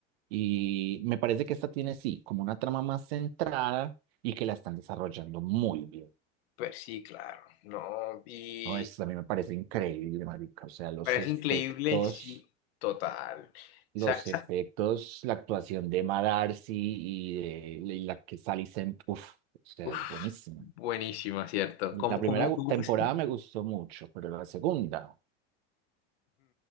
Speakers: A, on the right; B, on the left.
A: Y me parece que esta tiene, sí, como una trama más centrada y que la están desarrollando muy bien,
B: Pues sí, claro, no, y
A: ¿no? Eso a mí me parece increíble, marica, o sea, los
B: parece
A: efectos.
B: increíble, sí, total. Sa-
A: Los
B: sa-
A: efectos, la actuación de Emma Darcy y de y la que Sally Sent, uff, o sea,
B: uf,
A: es buenísima.
B: buenísima, ¿cierto? ¿Cómo,
A: La
B: cómo,
A: primera gu-
B: cómo?
A: temporada
B: es? Ujú.
A: me gustó mucho, pero la segunda,